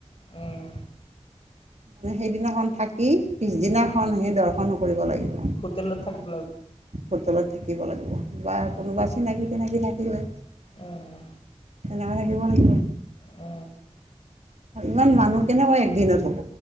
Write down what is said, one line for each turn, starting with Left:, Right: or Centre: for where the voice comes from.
Left: উম
Right: মানে, সেইদিনাখন থাকি। পিছদিনাখনহি
Left: উম
Right: দৰ্শনো কৰিব লাগিব।
Left: হোটেলত থাকিব
Right: হোটেলত থাকিব লাগিব। বা
Left: উম
Right: কোনোবা চিনাকি, টিনাকি থাকিলে
Left: উম
Right: সেনে। মা থাকিব লাগিব।
Left: অ।
Right: অ'' ইমান মানুহ কেনেকৈ একদিনত হ'ব?